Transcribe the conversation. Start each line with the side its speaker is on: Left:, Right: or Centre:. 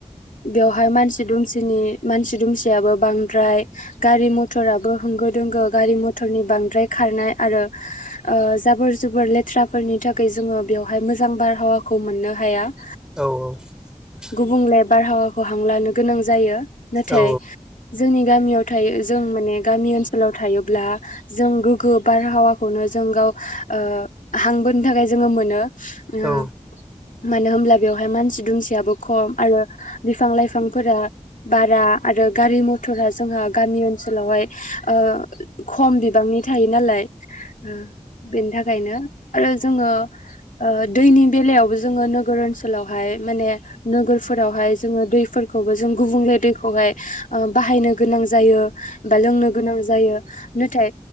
Left: बेवहाय मानसि दुमसिनि मानसि दुमसियाबो बांद्राय गारि मथराबो होंगो दोंगो गारि मथरनि बांद्राय खारनाय आरो ओ जाबोर जुबोर लेथ्राफोरनि थाखाय जोङो बेवहाय मोजां बारहावाखौ मोननो हाया ।
Centre: औ औ ।
Left: गुबुंले बारहावाखौ हां लानो गोनां जायो । नाथाय
Centre: औ
Left: जोंनि गामियाव थायो जों माने गामि ओनसोलाव थायोब्ला जों गोग्गो बारहावाखौनो जों गाव ओ हां बोनो थाखाय जोङो मोनो। ओ।
Centre: औ
Left: मानो होमब्ला बेवहाय मानसि दुमसियाबो खम आरो बिफां लाइफांफोरा बारा आरो गारि मथरा जोंहा गामि ओनसोलावहाय ओ खम बिबांनि थायो नालाय। उ बेनि थाखायनो आरो जोङो ओ दैनि बेलायावबो जोङो नोगोर ओनसोलावहाय माने नोगोरफोरावहाय जोङो दैफोरखौबो जों गुबुंले दैखौहाय ओ बाहायनो गोनां जायो बा लोंनो गोनां जायो नाथाय